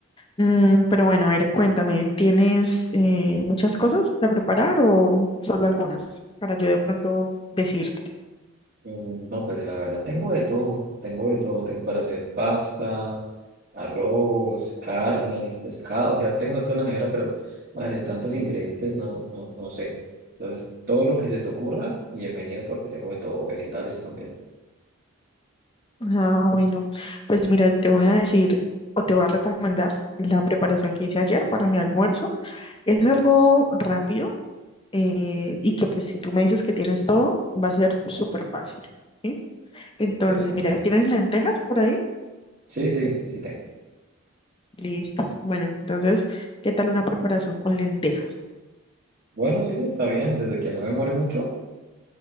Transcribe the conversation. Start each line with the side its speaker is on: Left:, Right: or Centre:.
Left: Mm, pero bueno, a ver, cuéntame, ¿tienes eh, muchas cosas para preparar o solo algunas para yo de pronto decir?
Right: Mm, No, pues la verdad, tengo de todo, tengo de todo, tengo para hacer pasta, arroz, carnes, pescado, o sea, tengo todo en la nevera, pero madre, tantos ingredientes, no, no, no sé. Entonces, todo lo que se te ocurra, bienvenido porque tengo de todo, vegetales también,
Left: Ah, bueno, pues mira, te voy a decir o te voy a recomendar la preparación que hice ayer para mi almuerzo. Es algo rápido eh, y que pues si tú me dices que tienes todo, va a ser súper fácil, ¿sí? Entonces,
Right: interesante.
Left: mira, ¿tienes lentejas por ahí?
Right: Sí, sí, sí tengo.
Left: Listo. Bueno, entonces, ¿qué tal una preparación con lentejas?
Right: Bueno, sí, está bien, desde que no demore mucho.